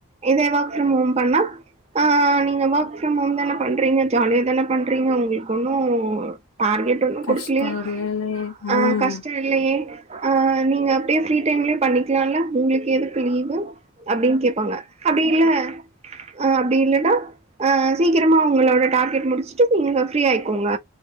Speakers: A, on the right (about 30°); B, on the left (about 80°).
A: இதே ஒர்க் ஃப்ரம் ஹோம் பண்ணா ஆ நீங்க ஒர்க் ஃப்ரம் ஹோம் தானே பண்றீங்க ஜாலியா தானே பண்றீங்க உங்களுக்கு ஒன்னூ டார்கெட் ஒன்னூ
B: கஷ்ட
A: குடுக்கலியே
B: இல்லலே
A: அ
B: ம்
A: கஷ்டே இல்லயே ஆ நீங்க அப்டியே ஃப்ரீ டைம்லயே பண்ணிக்கலாம் இல்ல உங்களுக்கு எதுக்கு லீவு அப்டின் கேப்பாங்க அப்டி இல்ல அ அப்டி இல்லனா அ சீக்கிரமா உங்களோட டார்கெட் முடிச்சுட்டு நீங்க ஃப்ரீ ஆயிக்கோங்க